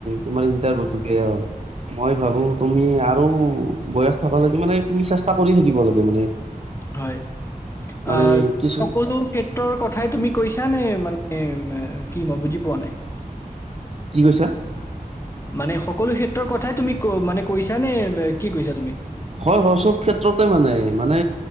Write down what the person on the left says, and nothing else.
হয়।
অ
সকলো ক্ষেত্ৰৰ কথাই তুমি কৈছানে মানে কি মই বুজি পোৱা নাই।
মানে সকলো ক্ষেত্ৰৰ কথাই তুমি ক মানে কৈছা নে কি কৈছা তুমি?